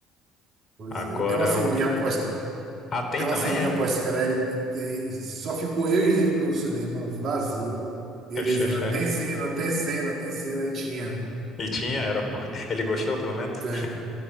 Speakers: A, on the right (about 50°); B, on the left (about 45°).
A: Coisa.
B: Agora
A: E tem uma ceninha
B: o do...
A: pós,
B: Ah, tem
A: Tem
B: também,
A: uma ceninha
B: é?
A: pós-crédito, tem, só ficou eu e ele no cinema, vazio. E ele
B: <laughs>
A: dizendo, tem cena, tem cena, tem cena, aí tinha.
B: E tinha, era bom. <laughs> Ele gostou, pelo menos?
A: Tem.